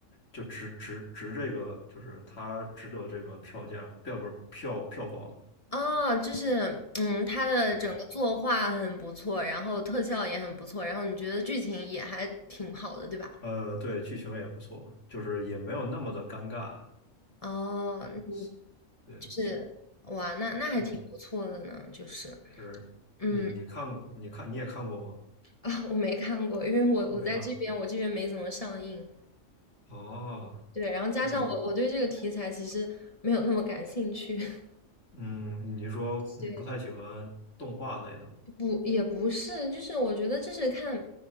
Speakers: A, on the left; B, on the left.
A: 就值值值这个，就是它值得这个票价，票不是票票房，
B: 啊，就是嗯，它的整个作画很不错，
A: 对，
B: 然后特效也很不错，然后你觉得剧情也还挺好的，对吧？
A: 呃对，剧情也不错，就是也没有那么的尴尬，
B: 哦，
A: 呃
B: 嗯，
A: 对是
B: 就是哇，那那还挺不错的呢，
A: 嗯
B: 就是。
A: 是，
B: 嗯，
A: 你你看过你看你也看过吗？
B: <laughs> 啊，我没看过，因为我我在这边，
A: 没看
B: 我这边没怎么上映。
A: 过哦。
B: 对，然后加上我我对这个题材其实没有那么感兴趣。
A: 嗯。
B: <laughs>
A: 嗯，你说你不太喜欢动画类的吗？
B: 对，不也不是，就是我觉得这是看，